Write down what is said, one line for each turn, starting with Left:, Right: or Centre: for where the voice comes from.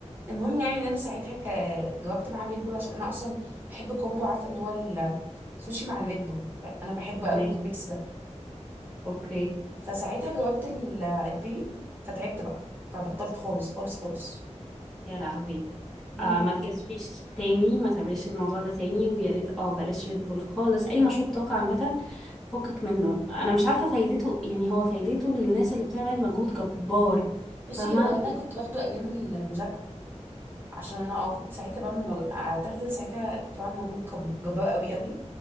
Right: المهم يعني ان انا ساعتها ك... جاوبت مع الريد بول عشان انا اصلا بحب كومبو عارفه اللي هو السوشي مع الريد بول ب- انا بحبه
Centre: تمام
Right: قوي الميكس ده
Centre: اوكي
Right: فساعتها جاوبت ال- البيري فتعبت بقى فبطلت خالص خالص خالص
Centre: يا لهوي
Right: مم.
Centre: آه ما تجازفيش تاني ما تعمليش الموضوع ده تاني ويا ريت اه بلاش ريد بول خالص اي مشروب طاقة عامة فكك منه انا مش عارفة فايدته يعني هو فايدته للناس اللي بتعمل مجهود جبار
Right: بصي
Centre: فاهمة
Right: هو انا كنت باخده ايام المذاكره عشان انا اه كنت ساعتها بعمل مج... اعتقد ان ساعتها كنت بعمل مجهود جب- جبار قوي قوي